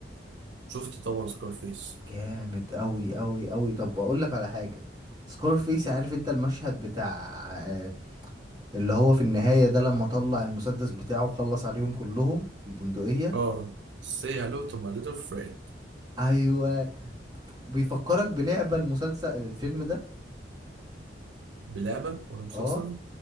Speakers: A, on the right; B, on the right.
A: شفت طبعا سكارفيس
B: جامد قوي قوي قوي طب اقول لك على حاجه سكارفيس عارف انت المشهد بتاع آه، اللي هو في النهايه ده لما طلع المسدس بتاعه وخلص عليهم كلهم البندقيه
A: اه سي هالو تو ماي ليتل فريند
B: ايوه بيفكرك بلعبه المسلسل الفيلم ده
A: بلعبة ولا مسلسل؟
B: اه